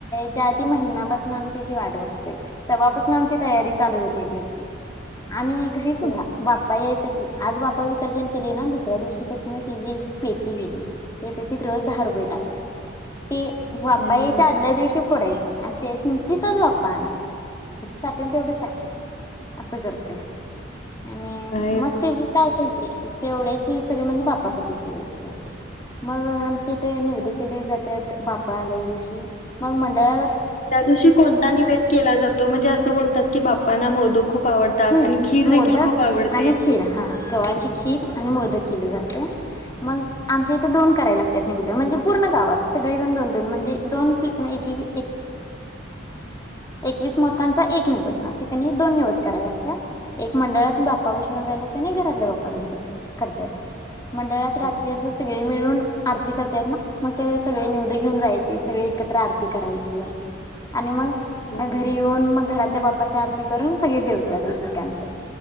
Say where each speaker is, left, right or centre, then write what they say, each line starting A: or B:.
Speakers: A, on the left; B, on the left.
A: च्या आधी महिनापासून आम्ही त्याची वाट बघतोय तेव्हापासून आमची तयारी चालू होते त्याची. आम्ही घरी सुद्धा
B: बरं.
A: बा आज बापा विसर्जन केले ना दुसऱ्या दिवशी पासून तची एक पेटी केली त्या पेटीत रज दहा रुपये टाकते ती बाप्पा
B: अरे
A: यायच्या
B: वाह!
A: आदल्या दिवशी फोडायचे आणि ते किमतीचाच बाप्पा आणायचा कि तेवढे साटेल असं करतोय. आणि
B: हम.
A: मग तेची काय असेल ते तेवढ्या म्हणजे बाप्पा साठी अस मग आमचा इथे निवद केली जात बाप्पा आलेल्या दिवशी मग मंडळा
B: त्या दिवशी कोणता निवेद केला जातो म्हणजे असं बोलतात की बाप्पाना मोदक खूप आवडतात
A: हम्म
B: आणि खीर
A: मोदक
B: देखील खूप आवडते.
A: आणि खीर हा गव्हाची खीर आणि मोदक जात मग आमच्या इथे दोन कराय लागात निवद म्हणजे पूर्ण गावात सगळेज दोन दोन म्हणजे दोनवी एकस मोदकांचा एक निवद असे क दोन निव करायला लागतात एक मंडळात बाप्पा वष येऊन जायलागते आणि घरातल्या बाप्पाला घेऊन करत्यात. मंडळात रात्री
B: हां.
A: असं सगळे मिळून आरती करता ना मग ते सगळे निउद घेऊन जायची सगळी एकत्र आरती करायची आणि मग
B: अरे
A: घरी
B: वाह!
A: येऊन मग घरातले बप् च आरती करून सगळे जेव त्यात एकमेकांचात.